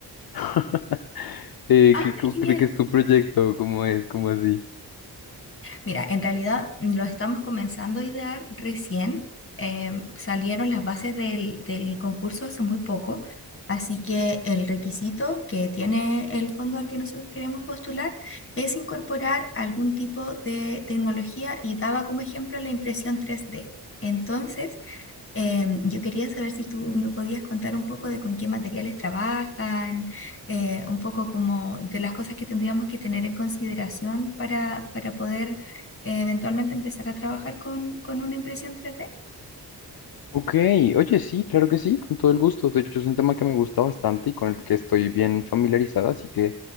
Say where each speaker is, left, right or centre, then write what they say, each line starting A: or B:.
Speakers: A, on the left (about 65°); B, on the left (about 35°).
A: <laughs> Eh,
B: Ah,
A: ¿qué- cu-
B: genial.
A: ¿de qué es tu proyecto? ¿Cómo es? ¿Cómo así?
B: Mira, en realidad mm, lo estamos comenzando a idear recién. Em, salieron las bases del, del concurso hace muy poco, así que el requisito que tiene el fondo al que nosotros queremos postular es incorporar algún tipo de tecnología y daba como ejemplo la impresión tres d Entonces, Em, yo quería saber si tú me podías contar un poco de con qué materiales trabajan, eh, un poco como de las cosas que tendríamos que tener en consideración para, para poder eh, eventualmente empezar a trabajar con, con una impresión 3D.
A: Ok, oye, sí, claro que sí, con todo el gusto. De hecho, es un tema que me gusta bastante y con el que estoy bien familiarizado, así que